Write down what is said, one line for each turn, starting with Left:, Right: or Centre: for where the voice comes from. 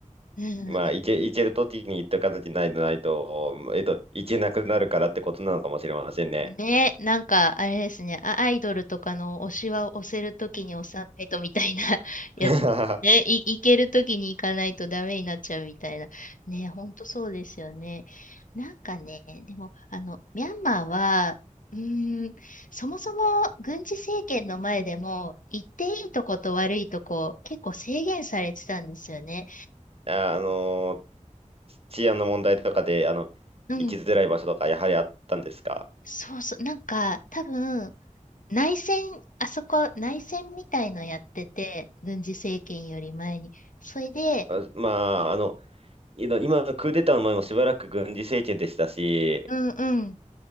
Left: うん
Right: <laughs> まあ、行け、行ける時に行っとかなきゃないとないと、えっと、行けなくなるからってことなのかもしれませんね。
Left: ね、なんかあれですね、あアイドルとかの推しは押せるときに押さないとみたいな <laughs> やつ、
Right: <laughs>
Left: ね、い、行けるときに行かないとダメになっちゃうみたいな。ね、ほんとそうですよね。なんかね、でも、あの、ミャンマーは、うーん、そもそも軍事政権の前でも、行っていいとこと悪いとこ、結構制限されてたんですよね。
Right: ああの、治安の問題とかで、あの、
Left: うん。
Right: 行きづらい場所とか、やはりあったんですか
Left: そうそう。なんか、多分、内戦、あそこ内戦みたいのやってて、軍事政権より前に。それで、
Right: あまあ、あの、いの今、クーデターの前もしばらく軍事政権でしたし、
Left: うんうん、